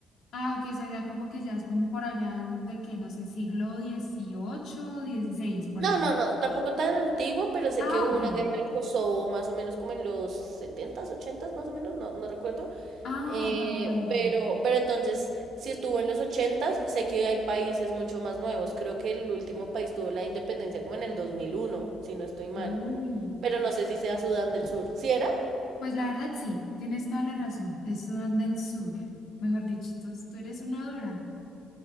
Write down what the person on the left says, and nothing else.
Ah, ok, o sea, ya como que ya es un por allá de que, no sé, siglo dieciocho dieciséis por
ahí.
Ah,
ok.
Ah,
vale, vale, vale.
Uy.
Pues la verdad sí, tienes toda la razón. Es Sudán del Sur. Mejor dicho, tú, tú eres una dura.